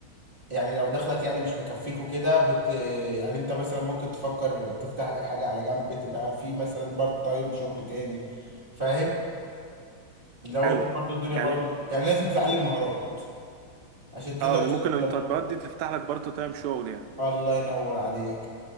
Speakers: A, on the right; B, on the right.
A: يعني لو دخلك يعني مش مكفيك وكده بت يعني انت مثلا ممكن تفكر تفتح لك حاجة على جنب تبقى في مثلا بارت تايم شغل تاني فاهم لو
B: حلو
A: انت برضو الدنيا برضو
B: يعني
A: يعني لازم تتعلم مهارات عشان تقدر
B: اه
A: تشتغل
B: ممكن التطبيقات
A: برضو.
B: دي تفتح لك برضه تايم شغل يعني
A: الله ينور عليك